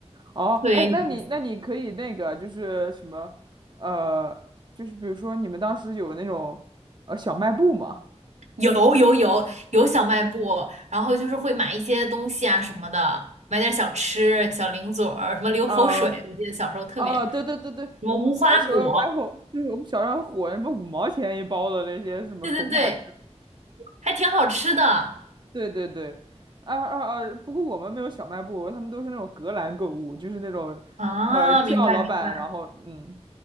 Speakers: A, on the right (about 40°); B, on the right (about 80°).
A: 哦，
B: 特别有意思。
A: 哎，那你那你可以那个就是什么，呃，就是比如说你们当时有那种呃小卖部吗？
B: 有有有有小卖部，然后就是会买一些东西啊什么的，买点小吃、小零嘴儿，什么流口水，
A: 啊、
B: 我记得小时候特别，
A: 啊，对对对对，
B: 什么无花果，
A: 我们小时候还火，就是我们小时候还火什么五毛钱一包的那些什么膨化食，
B: 对对对。还挺好吃的
A: 对对对，啊啊啊！不过我们没有小卖部，他们都是那种隔栏购物，就是那种呃叫老板，
B: 啊，明白明白，
A: 然后嗯，